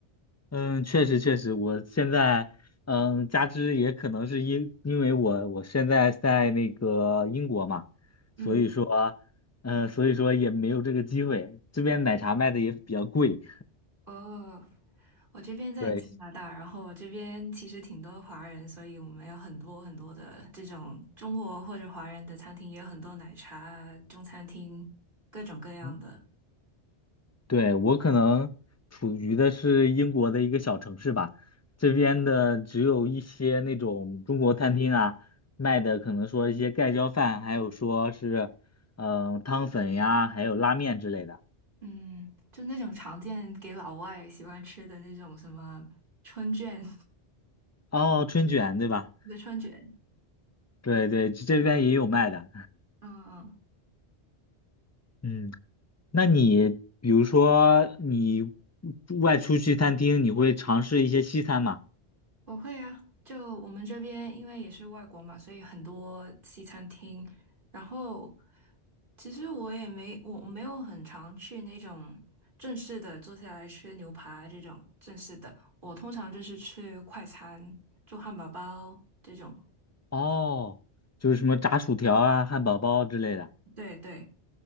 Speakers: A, on the left; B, on the right.
A: 嗯，确实确实，我现在嗯，加之也可能是因因为我我现在在那个英国嘛，
B: 嗯。
A: 所以说嗯，所以说也没有这个机会，这边奶茶卖的也比较贵。
B: 哦，我这边在加拿大，
A: 对，
B: 然后我这边其实挺多华人，所以我们有很多很多的这种中国或者华人的餐厅，也有很多奶茶啊中餐厅，各种各样的。
A: 嗯对，我可能处于的是英国的一个小城市吧，这边的只有一些那种中国餐厅啊，卖的可能说一些盖浇饭，还有说是嗯呃汤粉呀，还有拉面之类的。
B: 嗯，就那种常见给老外喜欢吃的那种什么春卷，
A: 哦，春卷对吧？
B: <laughs> 的春卷。
A: 对对，这边也有卖的。
B: 嗯嗯。
A: 嗯，那你比如说你外出去餐厅，你会尝试一些西餐吗？
B: 我会啊，就我们这边因为也是外国嘛，所以很多西餐厅。然后其实我也没我我没有很常去那种正式的坐下来吃牛排这种正式的，我通常就是吃快餐，做汉堡包这种。
A: 哦，就是什么炸薯条啊、汉堡包之类的。
B: 对对，